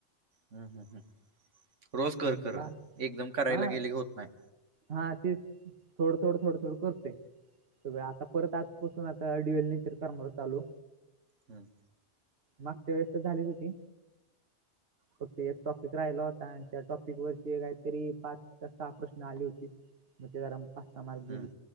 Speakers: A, on the right; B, on the right.
A: हम्म हम्म हम्म रोज
B: हम्म
A: कर खर
B: बा
A: एकदम करायला
B: हा
A: गेले की होत नाही.
B: हा तेच थोड थोड थोडं थोडं करतोय. सगळं आता परत आजपसून आता डडी. डू एल नेचर करणार चालू
A: हम्म
B: मागच्या वेळेस तर झालीच होती फक्त एक टॉपिक राहिला होता आणि त्या टॉपिकवरचे काहीतरी पाच का सहा प्रश्न आले होती मग ते जरा पाच सहा मार्क गेलीत
A: हम्म.